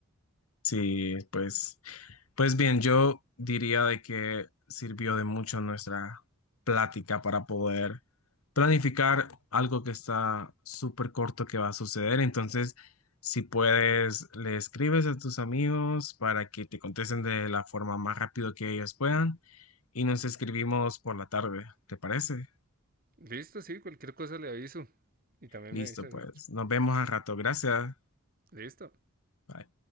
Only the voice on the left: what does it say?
Sí, pues, pues bien, yo diría de que sirvió de mucho nuestra plática para poder planificar algo que está súper corto que va a suceder. Entonces, si puedes, le escribes a tus amigos para que te contesten de la forma más rápido que ellos puedan y nos escribimos por la tarde, ¿te parece?
Listo,
pues,
nos vemos al rato. Gracias.
Bye.